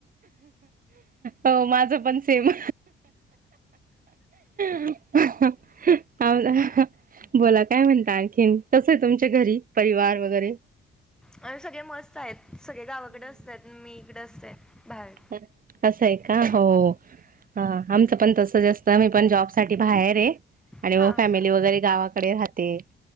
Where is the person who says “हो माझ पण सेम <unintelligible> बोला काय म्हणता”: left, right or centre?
Right